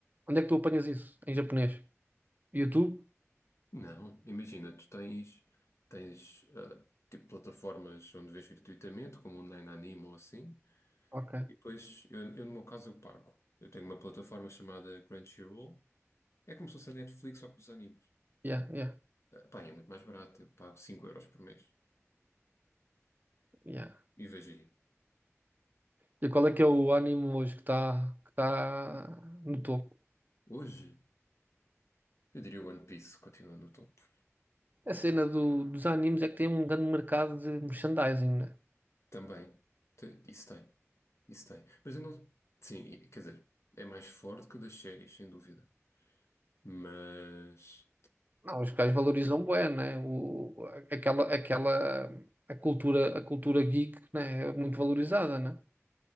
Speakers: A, on the right (about 35°); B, on the left (about 65°).
A: onde é que tu apanhas isso? Em japonês? YouTube?
B: Não, imagina, tu tens, tens ah, tipo plataformas onde vês gratuitamente, como o Nine Anime ou assim,
A: Ok.
B: E depois, eu, eu no meu caso, eu pago. Eu tenho uma plataforma chamada Crunchyroll. É como se fosse a Netflix, só que dos animes.
A: Yeah, yeah,
B: Ah, Pá, e é muito mais barato. Eu pago cinco euros por mês.
A: yeah.
B: E vejo aí.
A: E qual é que é o anime hoje que está que tá no topo?
B: Hoje, eu diria One Piece continua no topo.
A: A cena do- dos animes é que tem um grande mercado de merchandising, né?
B: Também. Te- Isso tem. Isso tem. Mas eu não... Sim, e- quer dizer, é mais forte que o das séries, sem dúvida. Mas...
A: Não, os caras valorizam bué, né? O, aquela, aquela, a cultura, a cultura geek, né? É muito valorizada, né?